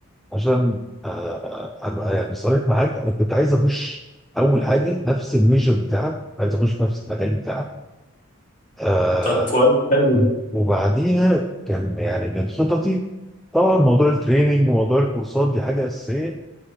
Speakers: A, in the centre; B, on the left.
A: عشان آه، ابقى يعني صريح معاك انا كنت عايز اخش اول حاجه نفس الميجر بتاعك عايز اخش نفس المجال بتاعك آه،
B: طب كويس حلو ده
A: وبعديها كان يعني من خططي طبعا موضوع التريننج وموضوع الكورسات دي حاجه اساسيه